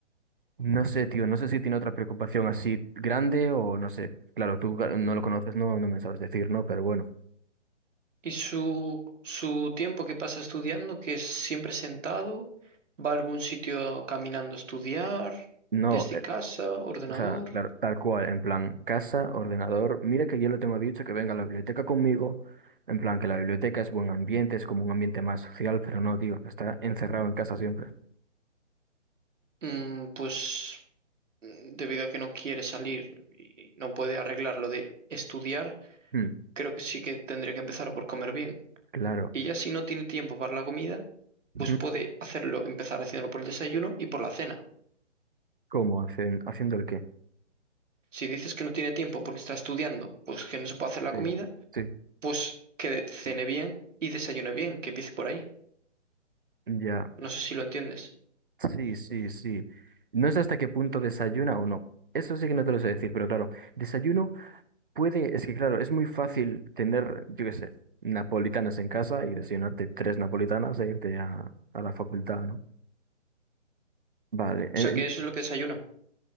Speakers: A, on the right; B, on the right.
A: No sé, tío, no sé si tiene otra preocupación así grande o no sé. Claro, tú claro, no lo conoces, no, no me sabes decir, ¿no? Pero bueno.
B: ¿Y su, su tiempo que pasa estudiando, que es siempre sentado? ¿Va a algún sitio caminando a estudiar?
A: No,
B: ¿Desde casa? ¿Ordenador?
A: O sea, claro, tal cual, en plan, casa, ordenador. Mira que yo le tengo dicho que venga a la biblioteca conmigo. En plan, que la biblioteca es buen ambiente, es como un ambiente más social, pero no, tío, está encerrado en casa siempre.
B: Mm, pues mm, debido a que no quiere salir y no puede arreglar lo de estudiar,
A: Mm,
B: creo que sí que tendría que empezar por comer bien.
A: claro.
B: Y ya si no tiene tiempo para la comida
A: Mm,
B: pues puede hacerlo, empezar haciéndolo por el desayuno y por la cena.
A: ¿Cómo? ¿Hacen, haciendo el qué?
B: Si dices que no tiene tiempo porque está estudiando, pues que no se puede hacer la
A: Sí.
B: comida,
A: Sí,
B: pues que cene bien y desayune bien, que empiece por ahí.
A: ya.
B: No sé si lo entiendes.
A: Sí, sí, sí. No sé hasta qué punto desayuna o no. Eso sí que no te lo sé decir, pero claro, desayuno puede, es que claro, es muy fácil tener, yo qué sé, napolitanas en casa y desayunarte tres napolitanas e irte a, a la facultad, ¿no? Vale, eh,
B: O sea, que
A: eh,
B: eso es lo que desayuna.